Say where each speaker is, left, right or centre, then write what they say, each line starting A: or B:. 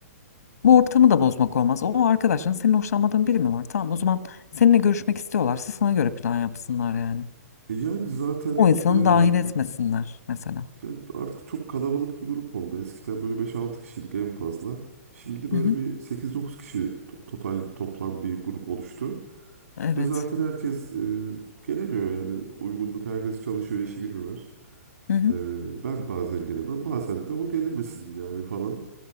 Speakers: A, on the left (about 85°); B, on the right (about 75°).
A: Bu ortamı da bozmak olmaz. O arkadaşların senin hoşlanmadığın biri mi var? Tamam o zaman seninle görüşmek istiyorlarsa sana göre plan yapsınlar yani.
B: E yani zaten
A: O insanı
B: eee,
A: dahil etmesinler mesela.
B: yani artık çok kalabalık bir grup oldu. Eskiden böyle beş altı kişiydik en fazla. Şimdi böyle
A: Hı hı.
B: bir sekiz dokuz kişi to- total toplam bir grup oluştu.
A: Evet.
B: Ve zaten herkes eee, gelemiyor yani. Uygunluk herkes çalışıyor, işi gücü var.
A: Hı hı.
B: Ee, ben bazen gelemem, bazen de o gelemesin yani falan.